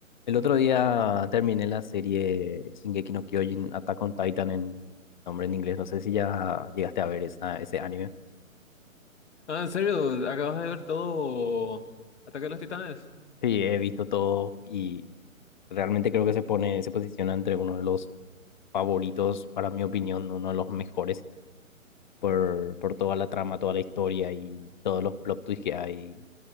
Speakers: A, on the left (about 35°); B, on the left (about 55°).
A: El otro día terminé la serie Shingeki no Kyojin, Attack on Titan en nombre en inglés. No sé si ya llegaste a ver esa, ese anime.
B: Ah, en serio, acabas de ver todo Ataque a los Titanes.
A: Sí, he visto todo y realmente creo que se pone, se posiciona entre uno de los favoritos, para mi opinión, uno de los mejores por, por toda la trama, toda la historia y todos los plot twists que hay.